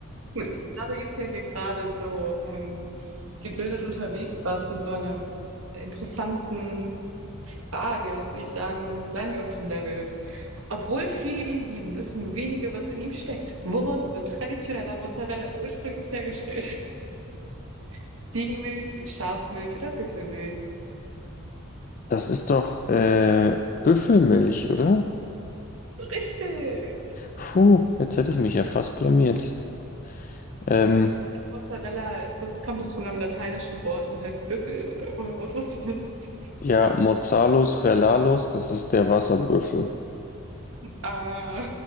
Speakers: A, on the right; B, on the left.
A: Gut, also da du jetzt ja hier gerade so ähm, gebildet unterwegs warst mit so einer interessanten Frage würde ich sagen, bleiben wir auf dem Level. Obwohl viele ihn lieben, wissen nur wenige, was in ihm steckt. Woraus wird traditioneller Mozzarella ursprünglich hergestellt? <laughs> Ziegenmilch, Schafsmilch oder Büffelmilch?
B: Das ist doch äh, Büffelmilch, oder?
A: Richtig!
B: Puh, jetzt hätte ich mich ja fast blamiert. Ähm,
A: Als Mozzarella ist das, kommt es von einem lateinischen Wort und heißt Büffel, oder <laughs> woher wusstest du das?
B: ja, Mozzalos Relalos, das ist der Wasserbüffel.
A: Ah,